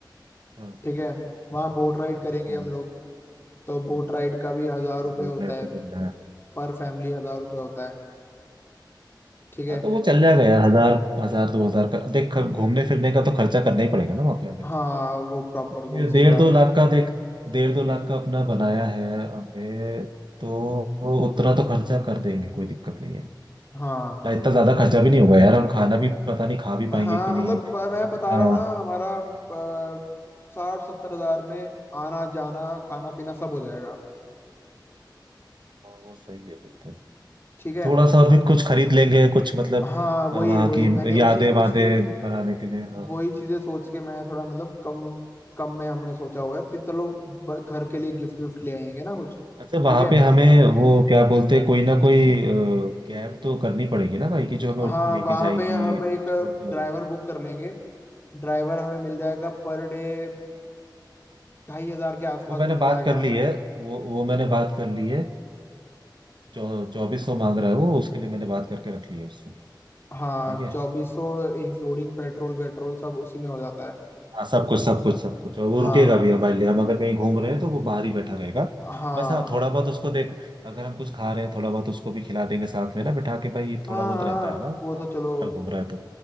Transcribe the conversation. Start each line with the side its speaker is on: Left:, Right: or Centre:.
Right: हाँ
Left: ठीक है वहाँ बोट राइड करेंगे
Right: हाँ
Left: हम लोग तो बोट राइड का भी हजार रुपये
Right: बोल
Left: होता
Right: रहे
Left: है
Right: तो करना है
Left: पर फैमिली हजार रुपये होता है ठीक है
Right: हाँ तो वो चल जाएगा यार हजार हजार दो हजार का देख खर- घूमने फिरने का तो खर्चा करना ही पड़ेगा ना वहाँ पे हमें
Left: हाँ वो प्रॉपर
Right: तो डेढ़
Left: वो सही
Right: डेढ़
Left: बात
Right: दो लाख
Left: है
Right: का देख डेढ़ दो लाख का अपना बनाया है हमने तो वो उतना तो खर्चा कर देंगे कोई दिक्कत नहीं है
Left: हाँ
Right: ना इतना ज्यादा खर्चा भी नहीं होगा यार हम खाना भी पता नहीं खा भी पाएंगे
Left: हाँ
Right: कि नहीं
Left: मतलब
Right: क्या
Left: प- मैं
Right: पता
Left: बता रहा
Right: हाँ,
Left: हूँ ना हमारा प- साठ सत्तर हजार में आना जाना खाना पीना सब हो जाएगा
Right: वो सही है फिर तो
Left: ठीक है
Right: थोड़ा सा और फिर कुछ खरीद लेंगे कुछ मतलब
Left: हाँ वही
Right: अ, वहाँ
Left: वही
Right: की
Left: मैंने उसी
Right: यादें वादें
Left: उसी
Right: बनाने के लिए हाँ
Left: वही चीजें सोच के मैं थोड़ा मतलब कम कम में हमने सोचा हुआ है कि चलो ब- घर के लिए गिफ्ट विफ्ट ले आएंगे ना कुछ
Right: अच्छा वहाँ
Left: ठीक है
Right: पे हमें वो क्या बोलते हैं कोई ना कोई कैब तो करनी पड़ेगी ना भाई की जो हमें
Left: हाँ
Right: लेके
Left: वहाँ
Right: जाएगी
Left: पे हम
Right: छोड़
Left: एक
Right: के
Left: ड्राइवर
Right: आएगी
Left: बुक कर लेंगे ड्राइवर हमें मिल जाएगा पर डे ढाई हजार के आसपास
Right: वो मैंने
Left: मिल
Right: बात
Left: जाएगा
Right: कर
Left: हमें
Right: ली है वो वो मैंने बात कर ली है अ, चौ चौबीस सौ मांग रहा है वो उसके लिए मैंने बात करके रख ली है उससे
Left: हाँ
Right: ठीक है
Left: चौबीसों इंक्लूडिंग पेट्रोल वेट्रोल सब उसी में हो जाता है
Right: हाँ सब कुछ सब कुछ सब कुछ और वो
Left: हाँ
Right: रुकेगा भी हमारे लिए हम अगर कहीं घूम रहे हैं तो वो बाहर ही बैठा रहेगा
Left: हाँ
Right: बस हाँ थोड़ा बहुत उसको देख अगर हम कुछ खा रहे हैं थोड़ा बहुत उसको भी खिला देंगे साथ में ना बिठा के भाई
Left: हाँ
Right: थोड़ा बहुत
Left: हाँ
Right: रहता है ना साथ
Left: वो तो चलो
Right: में घूम रहा है तो